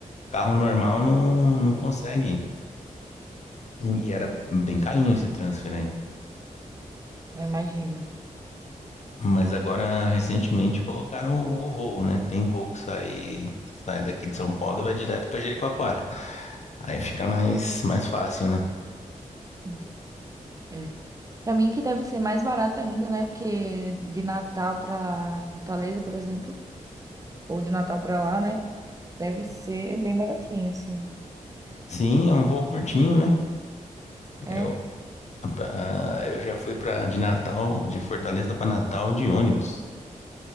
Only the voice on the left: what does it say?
Carro normal não, não consegue. ir. E era bem carinho esse transfer aí.
Mas agora, recentemente, colocaram o, o voo, né? Tem voo que sai, sai daqui de São Paulo e vai direto pra Jericoacoara. Aí fica mais, mais fácil, né?
Sim, é um voo curtinho, né?
Eu, ah, eu já fui pra, de Natal, de Fortaleza pra Natal de ônibus.